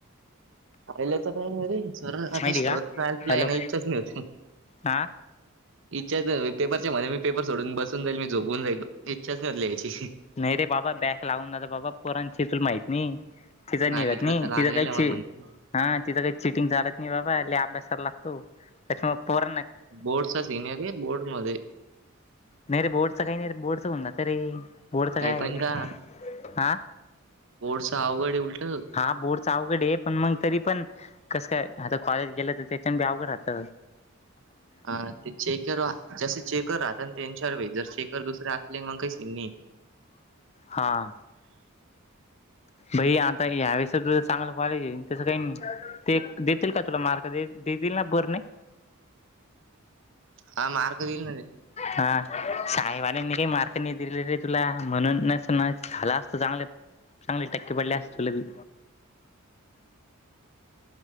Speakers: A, on the right; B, on the left.
A: पहिल्याच काही नाही रे सर आता
B: माहिती
A: शॉर्ट
B: का
A: ट्रायल्थ
B: हॅलो
A: ला येण्या इच्छाच नाही होती.
B: हां
A: इच्छाच पेपरच्या मध्ये मी पेपर सोडून बसून जाईल मी झोपून जाईल इच्छाच नाही होत लिहायची.
B: नाही रे बाबा बॅग लावून जात बाबा पोरांची तुला माहित नाही. तिथं
A: माझ्या
B: निघात
A: मित्राचा
B: नाही
A: लागलेला
B: तिथ काहीच
A: आहे, मला माहिती
B: हा तिथं काही चिटिंग चालत नाही बाबा ल अभ्यासाला लागतो त्याच्यामूळ पोर
A: बोर्डचा सिनिरी बोर्ड म
B: नाही रे बोर्डचं काही नाही रे बोर्डच होऊन जात रे बोर्डच काय
A: काही पण का
B: हा
A: बोर्डच अवघड आहे उलट
B: हा बोल. अवघड आहे पण मग तरी पण कस काय आता कॉलेज गेलं तर त्याच्यानी अवघड राहत
A: हा ते चेक जस चेकर राहत त्यांन चार वे जर चेकर दुसरे असले मग काही स नाही.
B: हां भाई आता यावेळेस तुझं चांगलं कॉलेज आहे तसं काही नाही. ते देतील का तुला मार्क देतील ना बर नाही.
A: हा मार्ग देईल ना रे.
B: हा साहेबल्यानी काही मार्कनी दिले रे तुला म्हणून नस न झाला असत चांगलं चांगले टक्के पडले अस तुला बी